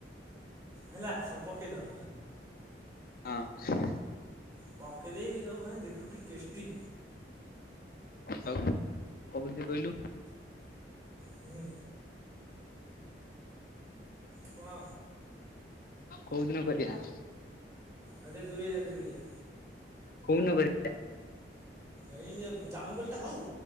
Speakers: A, on the right; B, on the left.
A: ହେଲା ସବୁ ପକେଇଦବା
B: ହଁ, ସେ।
A: ପକେଇଦେଇ ଏ ସବୁ ଭାଇ ଦେଖୁ କି ଟେଷ୍ଟି।
B: ଆଉ କବିଲି କହିଲୁ।
A: ହୁଁ। କଣ।
B: କୋଉ ଦିନ କରିବା।
A: ଆଉ ଟିକେ ଦୂରେଇ ଯା ଦୂରେଇ ଯା।
B: କହୁଦିନ କରି
A: ଏଇ ଏଫ୍ ଜାମୁକୋଳିଟା ହଉ।